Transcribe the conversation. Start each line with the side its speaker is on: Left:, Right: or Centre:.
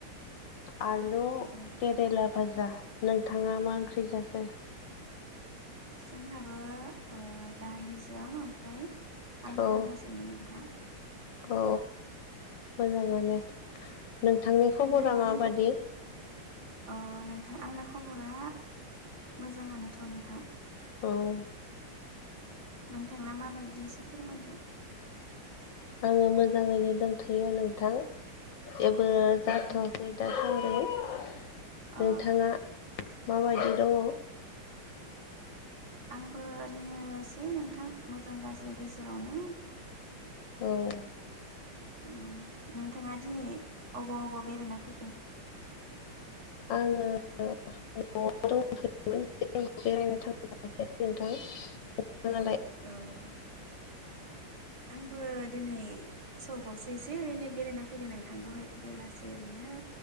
Left: आलु
Right: औ
Left: केरेला भाजा नोंथाङा मा ओंख्रि जाखो?
Right: जोंहाबो ओ दालिजों ओमफ्राय आलु
Left: औ
Right: भाजासोमोन नोंथां।
Left: औ। मोजाङानो नोंथांनि खबरा
Right: नोंथांनि
Left: माबादि?
Right: अ नोंथां आंना खबरा मोजाङानोथ' नोंथां।
Left: औ
Right: नोंथांना माबायदि एसे फोरमायदो।
Left: आङो मोजाङैनो दोंनथ'यो नोंथां जेबो जाथ'वाखै
Right: उम
Left: दा। उम
Right: अ
Left: नोंथाङा माबायदि दङ'?
Right: आंबो ओरैनोसै नोंथां मोजां गाज्रि गेजेरावनो।
Left: औ
Right: उम नोंथाङा दिनै अबाव अबाव बेरायनो फैखो?
Left: आङो न'आव दंफै। बेरायनो थाङाखै नोंथां नोंथाङालाय?
Right: औ आंबो बो दिनै सकआवसो एसे ओरैनो बेरायना फैदो आं दहाय बेलासि ओरैनो